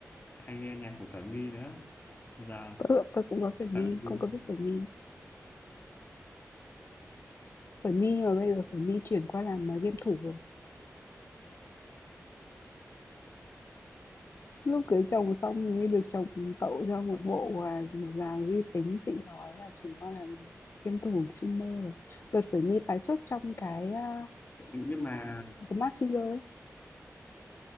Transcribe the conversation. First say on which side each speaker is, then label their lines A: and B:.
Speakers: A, on the left; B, on the left.
A: hay nghe nhạc của Khởi My nữa giờ
B: Tớ tớ cũng có Khởi mi,
A: Khởi
B: cũng có
A: My
B: biết Khởi My. Khởi My mà bây giờ Khởi mi chuyển qua làm, mà game thủ rồi. Lúc cưới chồng xong hình như được chồng tậu cho một bộ, và một dàn vi tính xịn sò thế là chuyển qua làm game thủ streamer rồi. Đợt khởi mi tái xuất trong cái, a,
A: nhưng mà
B: The Mask Singer ấy.